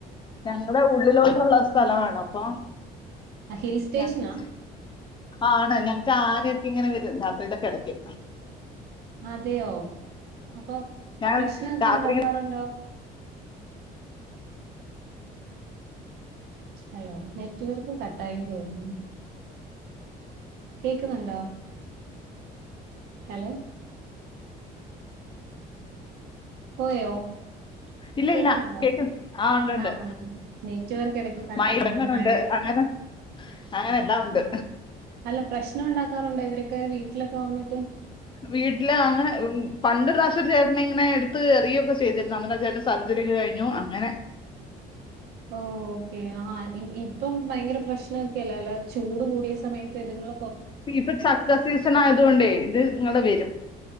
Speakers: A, on the left (about 30°); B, on the right (about 70°).
A: ഞങ്ങളടെ ഉള്ളിലോക്കള്ള സ്ഥലമാണ അപ്പൊ
B: ഹിൽ സ്റ്റേഷനാ
A: ഞങ്ങ- ആണ് ഞങ്ങക്ക് ആന യൊക്കെ ഇങ്ങനെ വരും രാത്രിയിലൊക്കെ ഇടക്ക്
B: അതെയോ അപ്പൊ
A: ഞാൻ
B: പ്രശ്നൊക്കെ
A: രാത്രി
B: ഇണ്ടാക്കാറുണ്ടോ ഹലോ നെറ്റ് വർക്ക് കട്ടായന്ന് തോന്നുന്നു കേൾക്കുന്നുണ്ടോ ഹലോ പോയോ
A: ഉ ഇല്ല
B: കേക്കുന്നുണ്ടോ
A: ഇല്ല കേക്കുന്നു ആഹ ഉണ്ട്ണ്ട്
B: ആഹ് നെറ്റ്‌വർക്ക് ഇടയ്ക്ക് കട്ടാവുന്നുണ്ട്
A: <unintelligible>
B: മഴയ
A: അങ്ങനെ അങ്ങനെല്ലാം ഉണ്ട്
B: ആഹ് അല്ല പ്രശ്നം ഉണ്ടാക്കാറുണ്ട് ഇവരൊക്കെ വീട്ടിലൊക്കെ വന്നിട്ട്
A: വീട്ടില് അങ്ങനെ പണ്ടൊരു പ്രാവശ്യം ഒരു ചേട്ടനെ ഇങ്ങനെ എടുത്ത് എറിയൊക്കെ ചെയ്തിരുന്നു അങ്ങനേതാലും സർജറി ഒക്കെ കഴിഞ്ഞു അങ്ങനെ
B: ഓ ഓക്കേ ആഹ ഇപ്പം ഭയങ്കര പ്രശ്നൊക്കെല്ല അല്ല ചൂട് കൂടിയ സമയത്ത് ഇതുങ്ങും
A: ഇപ്പ ചക്ക സീസൺ ആയത കൊണ്ടേ ഇത് ങ്ങനെ വരും